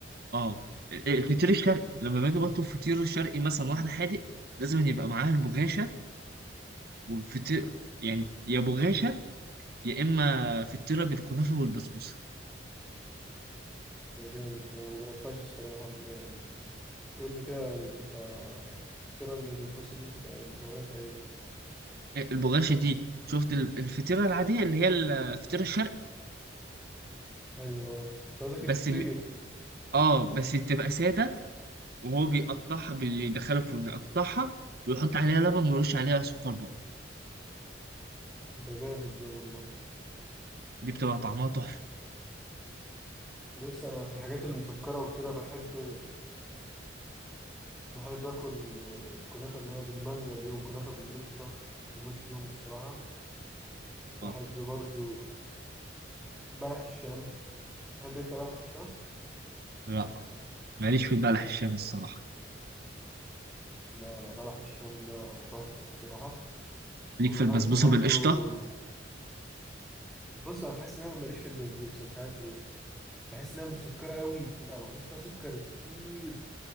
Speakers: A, on the right; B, in the centre.
A: اه إيه، الفطير الشرقي لما باجي بطلب فطير شرقي مثلا واحدة حادق لازم يبقى معاها البغاشة والفطير يعني يا بغاشة يا إما فطيرة بالكنافة والبسبوسة
B: ده جامد ده ما جربتهاش الصراحة م- يعني قول لي كده يعني بتبقى الفطيرة اللي بالبش دي بتبقى مكوناتها ايه؟
A: إيه، البغاشة دي شفت ال- الفطيرة العادية اللي هي الفطيرة الشرقي
B: ايوه ده قصدك
A: بس
B: الفطير
A: م... اه بس تبقى سادة وهو بيقطعها بيدخلها الفرن يقطعها ويحط عليها لبن ويرش عليها سكر بودر
B: ده جامد ده والله
A: دي بتبقى طعمها تحفة
B: بص انا في الحاجات المسكرة وكده بحب بحب اكل الكنافة اللي هي بالمانجا دي والكنافة بالقشطة بموت فيهم الصراحة بحب
A: اه
B: برضو بلح الشام تحب انت بلح الشام؟
A: لا ماليش في البلح الشام الصراحة
B: لا لا بلح الشام ده تحفة الصراحة
A: ليك
B: وبحب
A: في البسبوسة
B: برضو
A: بالقشطة
B: بص أنا حاسس إن أنا ماليش في البسبوسة مش عارف ليه بحس إنها مسكرة قوي بتبقى محطوط فيها سكر كتير